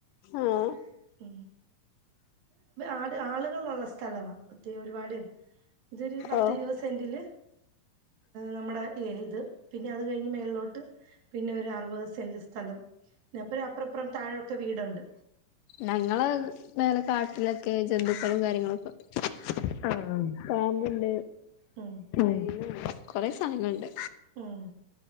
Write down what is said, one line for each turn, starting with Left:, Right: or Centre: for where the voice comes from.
Left: ആഹ
Right: <inaudible> ആട് ആളുകളൾള്ള സ്ഥലവാ ഒറ്റേ ഒരുപാട് ഇതൊരു പത്തിരുപത്
Left: ഓഹ്
Right: സെൻറില് നമ്മുടെ ഇത് പിന്നെ അത് കഴിഞ്ഞ് മേലിലോട്ട് പിന്നെ ഒരു അറുപത് സെന്റ് സ്ഥലം പിപ്പ അപ്പറപ്പറം താഴൊക്കെ വീടുണ്ട്
Left: ഞങ്ങള മേലെ കാട്ടിലൊക്കെ ജന്തുക്കളും കാര്യങ്ങളൊക്കെ ആഹ് പാമ്പുണ്ട്
Right: ഉം
Left: ഉം കൊറെ സാധങ്ങളുണ്ട്
Right: ഉം